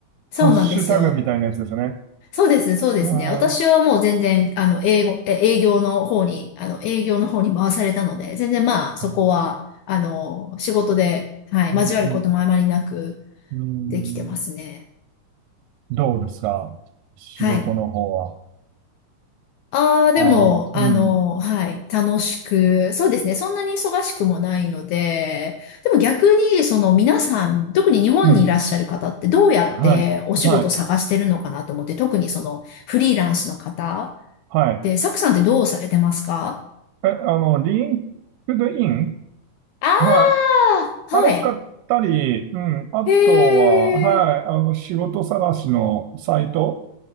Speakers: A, on the left (about 80°); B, on the right (about 85°).
A: そうなんですよ。
B: ハッシュタグみたいなやつですよね。
A: そうですね、そうですね。
B: ああ。
A: 私はもう全然、あの、英語、え営業の方に、あの、営業の方に回されたので、全然まあ、そこは、
B: うん。
A: あの、仕事で、はい、
B: うん。
A: 交わることもあまりなく
B: うん。うん。
A: できてますね。
B: どうですか仕事の方は。
A: はい。ああ、でも、
B: ああ、うん。
A: あの、はい、楽しく、そうですね。そんなに忙しくもないので、でも逆に、その皆さん、特に日本にいらっしゃる方ってどうやってお仕事探してるのかなと思って、
B: うん。はい。はい。
A: 特にそのフリーランスの方
B: はい。
A: で、サクさんってどうされてますか
B: え、あの、リンクドイン
A: ああ、
B: はい。
A: はい。
B: あれ使ったり、うん。あとは、
A: へえ。
B: はい。あの、仕事探しのサイト。